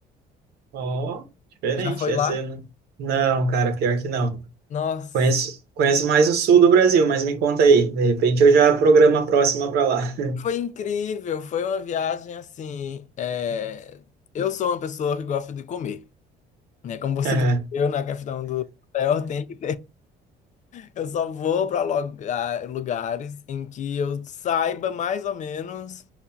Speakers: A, on the right; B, on the left.
A: Ó, diferente
B: Já foi
A: essa,
B: lá?
A: né? Não, cara, pior que não.
B: Nossa,
A: Conheço, conheço mais o sul do Brasil, mas me conta aí. De repente eu já programo a próxima para lá. <laughs>
B: foi incrível. Foi uma viagem assim. é, Eu sou uma pessoa que gosta de comer, né? Como você
A: Aham.
B: <laughs> percebeu na questão do hotel, tem que Eu só vou pra loga- lugares em que eu saiba mais ou menos